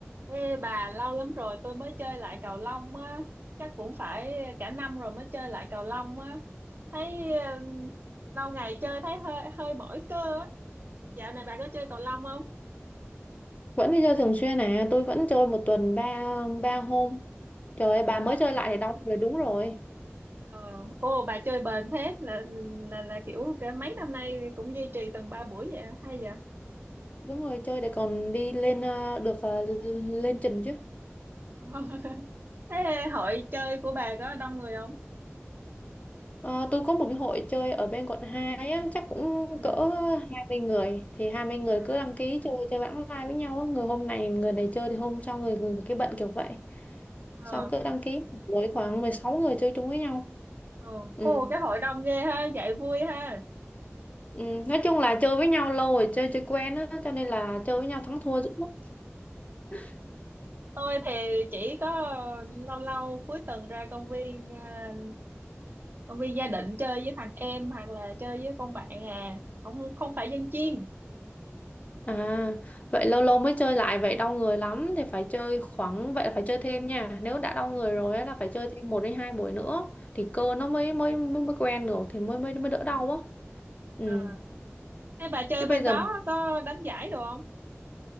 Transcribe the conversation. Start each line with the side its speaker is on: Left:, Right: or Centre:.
Right: Ê bà lâu lắm rồi tôi mới chơi lại cầu lông á chắc cũng phải cả năm rồi mới chơi lại cầu lông á thấy ừ, lâu ngày chơi thấy hơi hơi mỏi cơ á dạo này bà có chơi cầu lông không
Left: vẫn đi chơi thường xuyên à tôi vẫn chơi một tuần ba ba hôm trời ơi, bà mới
Right: ồ
Left: chơi lại thì đau người đúng rồi
Right: ờ, ồ, bà chơi bền thế là là là kiểu cái mấy năm nay cũng duy trì từng ba buổi vậy à? hay vậy
Left: đúng rồi chơi để còn đi lên ờ, được ờ, lên trình chứ
Right: <laughs> thế hội chơi của bà có đông người không
Left: Ờ, tôi có một cái hội chơi ở bên quận 2 á, chắc cũng
Right: ừ
Left: cỡ hai mươi người thì hai mươi người
Right: ờ
Left: cứ đăng ký chơi chơi bảng live với nhau á. người hôm này người này chơi thì hôm sau người, người cái bận kiểu vậy xong
Right: ờ
Left: cứ đăng ký với khoảng 16 người chơi chung với nhau
Right: ồ
Left: ừ.
Right: ồ, cái hội đông ghê ha vậy vui ha
Left: Ừ, nói chung là chơi với nhau lâu rồi chơi chơi quen á cho nên là chơi với nhau thắng thua dữ lắm <laughs>
Right: tôi thì chỉ có ờ, lâu lâu cuối tuần ra công viên à, công viên gia định chơi với thằng em hoặc là chơi với con bạn à không không phải dân chuyên
Left: à vậy lâu lâu mới chơi lại vậy đau người lắm thì phải chơi khoảng vậy là phải chơi thêm nha nếu đã đau người
Right: Ừ.
Left: rồi á là phải chơi thêm một đến hai buổi nữa thì cơ nó mới mới mới, mới quen được thì mới mới mới đỡ đau
Right: ừ.
Left: á ừ.
Right: Ờ. thế bà chơi
Left: chứ bây
Right: bên
Left: giờ
Right: đó có đánh giải đồ không